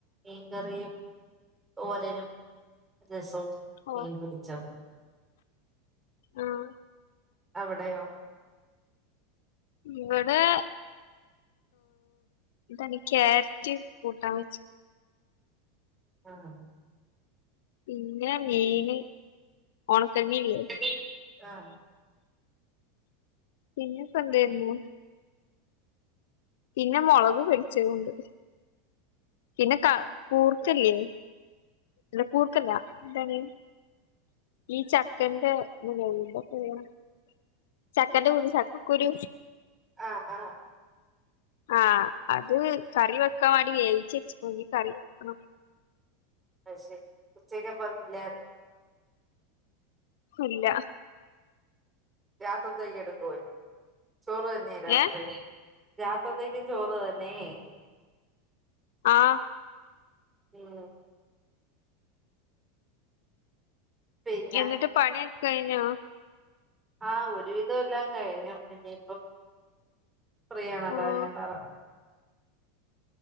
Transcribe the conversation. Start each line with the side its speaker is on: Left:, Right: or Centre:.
Right: മീൻകറിയും തോരനും രസവും
Left: ഓ
Right: മീൻ പൊരിച്ചത്
Left: ആഹ്
Right: അവിടെയോ
Left: ഇവിടെ ങ് കാരറ്റ് കൂട്ടാൻ <inaudible>
Right: ആഹ്
Left: പിന്നെ മീന് ഒണക്കൽ മീൻല്ലേ
Right: <unintelligible> ആഹ്
Left: പിന്നെ പെ എന്തെയിര്ന്നു പിന്നെ മൊളക് പരിച്ചതുണ്ട് പിന്നെ ക കൂർക്കല്ലേ അല്ല കൂർക്കല്ല എന്താണ് ഈ ചക്കന്റെ <unintelligible> ചെക്കന്റെ കുരു ചക്കക്കുരു
Right: ആഹ് ആഹ്
Left: ആഹ് അത് കറി വെക്കാൻ വേണ്ടി വേവിച്ച് വച്ച്ക്ക്ണു ഈകറി വെക്കണം
Right: അയ് തെര ഉച്ചയ്ക്ക് ഇല്ലായിരുന്നു
Left: ഇല്ല
Right: രാത്രത്തയ്ക്ക് എടുക്കന് ചോറ് തന്നെയ രാത്ര
Left: ഏഹ്
Right: രാത്രത്തേക്കും ചോറ് തന്നെ
Left: ആഹ്
Right: ഉം പിന്നെ
Left: എന്നിട്ട് പണിയൊക്ക കഴിഞ്ഞോ?
Right: ആഹ് ഒരുവിധം ഇല്ല കഴിഞ്ഞു എ ഫ്രീ ആണ് അതാ
Left: ആഹ്
Right: ഞാൻ പറ